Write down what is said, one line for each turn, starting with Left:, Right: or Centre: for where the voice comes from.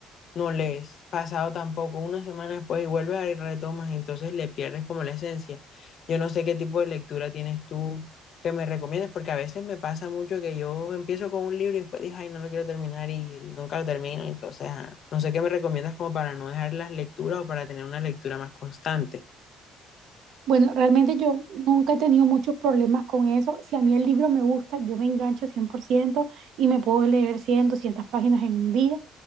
Left: no lees, pasado tampoco, una semana después y vuelves a y retomas, y entonces le pierdes como la esencia. Yo no sé qué tipo de lectura tienes tú que me recomiendes, porque a veces me pasa mucho que yo empiezo con un libro y después digo, ay, no lo quiero terminar y nunca lo termino, entonces ah, no sé qué me recomiendas como para no dejar las lecturas o para tener una lectura más constante.
Right: Bueno, realmente yo nunca he tenido muchos problemas con eso. Si a mí el libro me gusta, yo me engancho 100% y me puedo leer 100, 200 páginas en un día,